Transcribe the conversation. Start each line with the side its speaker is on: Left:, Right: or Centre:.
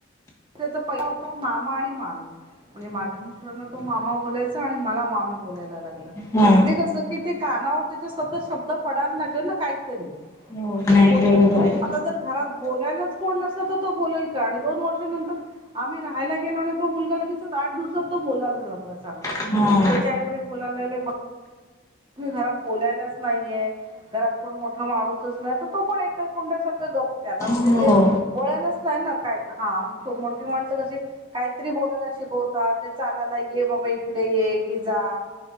Right: त्यांचा पहिला शब्द होता मामा आणि मामी म्हणजे माझ्या मिस्टरांना तो मामा बोलायचा आणि मला मामी बोलायला लागला म्हणजे
Left: हा
Right: कसं की त्यांच्या कानांवर सतत शब्द पडायला लागले ना कांहीं तरी
Left: हो नाही
Right: बोलण
Left: बरोबर
Right: आता जर घरात बोलायलाच कोणी नस तो बोलल का आणि दोन वर्षं यांच्या नंतर आम्ही राहायला गेलो आणि तो मुलगा लगेच आठ दिवसांत तो बोलायला लागला. चांगला
Left: हा
Right: मंग त्याचे आई वडील बोलाय लागले तुम्हीं घरांत बोलायलाच नाहीये घरांत कोण मोठ माणूसच नाही तर तो पणं एकल कुंड्यासारखं गप्प त्याला म्हणजे
Left: हो
Right: ते वळणच नाहीं ना काय हा मोठी माणसं कशी काहीतरी बोलायला शिकवतात, ते चालायला ये बाबा इकडे ये कि जा.